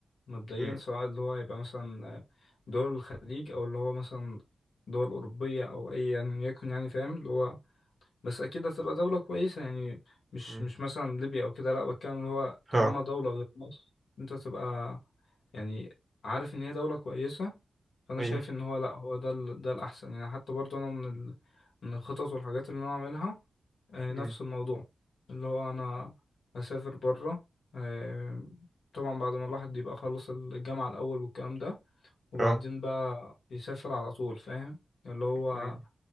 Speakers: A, on the left; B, on the right.
A: مبدئيا
B: مم.
A: سواء اللي هو يبقى مثلا آه، دول الخليج او اللي هو مثلا دول اوروبيه او اي يعني يكن يعني فاهم اللي هو بس اكيد هتبقى دولة كويسة يعني مش
B: مم.
A: مش مثلا ليبيا او كده لا بتكلم اللي هو طالما
B: ها
A: دولة غير مصر انت تبقى يعني عارف ان هي دولة كويسة فانا
B: ايوه
A: شايف ان هو لا هو ده ال... ده الاحسن يعني حتى برضو انا من ال... من الخطط والحاجات اللي انا اعملها آه،
B: مم.
A: نفس الموضوع اللي هو انا هسافر بره آه، طبعا بعد ما الواحد يبقى خلص الجامعة الاول والكلام ده وبعدين
B: اه
A: بقى يسافر على طول فاهم اللي هو
B: مم.